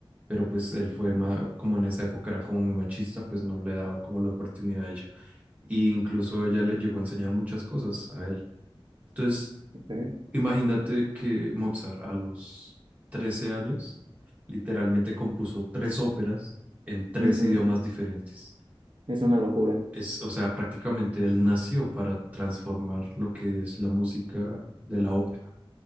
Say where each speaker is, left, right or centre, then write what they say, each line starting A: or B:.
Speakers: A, on the right; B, on the right.
A: pero pues él fue ma- como en esa época era como muy machista, pues no le daban como la oportunidad a ella. Y incluso ella le llegó a enseñar muchas cosas a él. Entonces,
B: Ok.
A: imagínate que Mozart a los 13 años literalmente compuso tres óperas en tres
B: Ujú,
A: idiomas diferentes.
B: Es una locura.
A: Es, o sea, prácticamente él nació para transformar lo que es la música de la ópera.